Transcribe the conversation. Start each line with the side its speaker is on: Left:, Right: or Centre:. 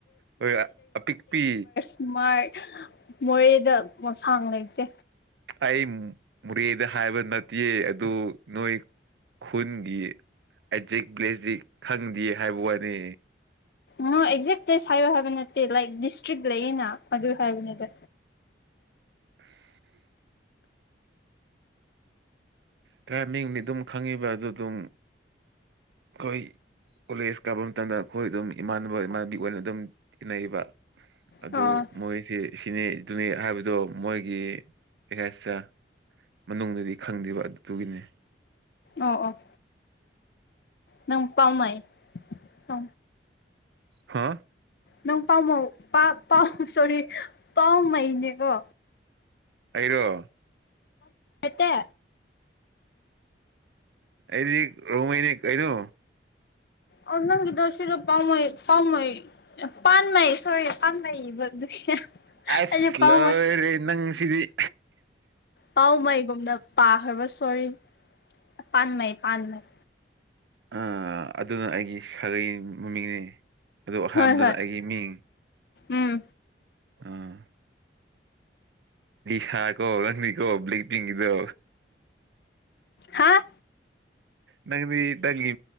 Right: ꯍꯣꯏ ꯑꯄꯤꯛꯄꯤ
Left: ꯁꯨꯃꯔ ꯃꯣꯔꯦꯗꯁꯥꯡ ꯂꯩꯇꯦ
Right: ꯑꯩ ꯃꯣꯔꯦꯗ ꯍꯥꯏꯕ ꯅꯠꯇꯦ ꯑꯗꯨ ꯅꯣꯏ ꯈꯨꯟꯒꯤ ꯑꯦꯖꯦꯛ ꯕ꯭ꯂꯦꯖꯤꯛ ꯈꯪꯗꯦ ꯍꯥꯏꯕ ꯋꯥꯅꯤ
Left: ꯑꯣ ꯑꯦꯛꯖꯦꯛ ꯄ꯭ꯂꯦꯁ ꯍꯥꯏꯌꯣ ꯍꯥꯏꯕ ꯅꯠꯇꯦ ꯂꯥꯏꯛ ꯗꯤꯁꯇ꯭ꯔꯤꯛ ꯂꯩꯌꯦꯅ ꯑꯗꯨ ꯍꯥꯏꯕꯅꯤꯗ
Right: <unintelligible> ꯇꯔꯥ ꯃꯤ ꯍꯅꯤ ꯑꯗꯨꯝ ꯈꯪꯉꯤꯕ ꯑꯗꯨ ꯑꯗꯨꯝ ꯀꯣꯏ ꯀꯣꯂꯦꯖ ꯀꯥꯕ ꯃꯇꯝꯗ ꯑꯩꯈꯣꯏ ꯑꯗꯨꯝ ꯏꯃꯥꯟꯅꯕ ꯏꯃꯥꯟꯅꯕꯤ ꯑꯣꯏꯅ ꯑꯗꯨꯝ ꯏꯤꯟꯅꯩꯌꯦꯕ ꯑꯗꯨ
Left: ꯑꯣ
Right: ꯃꯣꯏꯁꯤ ꯑꯁꯤꯅꯤ ꯑꯗꯨꯅꯤ ꯍꯥꯏꯕꯗꯣ ꯃꯣꯏꯒꯤ ꯑꯦꯁꯇ ꯃꯅꯨꯡꯗꯗꯤ ꯈꯪꯗ꯭ꯕ ꯑꯗꯨꯗꯨꯒꯤꯅꯤ
Left: ꯑꯣ ꯑꯣ ꯅꯪ ꯄꯥꯎꯃꯥꯏ ꯑ
Right: ꯍꯥꯥ
Left: ꯅꯪ ꯄꯥꯎ ꯄꯥꯎ ꯁꯣꯔꯤ ꯄꯥꯎꯃꯩꯅꯦꯀꯣ
Right: ꯑꯩꯔꯣ
Left: ꯈꯠꯇ
Right: ꯑꯩꯗꯤ ꯔꯧꯃꯩꯅꯤ ꯀꯩꯅꯩꯅꯣ
Left: ꯑꯣ ꯅꯪꯒꯤꯗꯣ ꯁꯤꯗꯣ ꯄꯥꯝꯩ ꯄꯥꯝꯃꯩ ꯄꯥꯟꯉꯩ ꯁꯣꯔꯤ ꯄꯥꯟꯩꯕꯗꯨꯒꯤ
Right: ꯑꯁ
Left: ꯑ
Right: ꯂꯣꯏꯔꯦ
Left: ꯄꯥꯎꯃ
Right: ꯅꯪꯁꯤꯗꯤ
Left: ꯄꯥꯎꯃꯥꯏ ꯨꯨꯝꯗ ꯄꯥꯈ꯭ꯔꯕ ꯁꯣꯔꯤ ꯄꯥꯟꯩ ꯄꯥꯟꯩ
Right: ꯑ ꯑꯗꯨꯅ ꯑꯩꯒꯤ ꯁꯥꯒꯩ ꯃꯃꯤꯡꯅꯦ ꯑꯗꯨ ꯑꯍꯥꯟꯕꯗꯅ
Left: ꯍꯣꯏ ꯍꯣꯏ
Right: ꯑꯩꯒꯤ ꯃꯤꯡ
Left: ꯎꯝ
Right: ꯑꯥ ꯁꯥ ꯀꯣ ꯔꯪꯃꯤ ꯀꯣ ꯄꯕ꯭ꯂ ꯄꯤꯗꯣ
Left: ꯍꯥꯥ
Right: ꯅꯪꯗꯤ ꯅꯪꯒꯤ